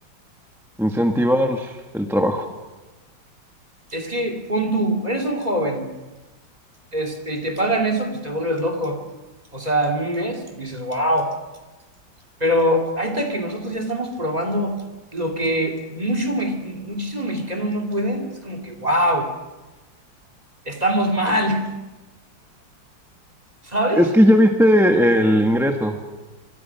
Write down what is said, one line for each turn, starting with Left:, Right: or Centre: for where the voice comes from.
Centre: incentivar el trabajo.
Right: es que pon tú, eres un joven, este, y te pagan eso, pues te vuelves loco. O sea, en un mes dices, wow, pero ahí está que nosotros ya estamos probando lo que mucho, me- muchísimos mexicanos no pueden, es como que, wow, estamos mal, <laughs> ¿sabes?
Centre: Es que ya viste el ingreso.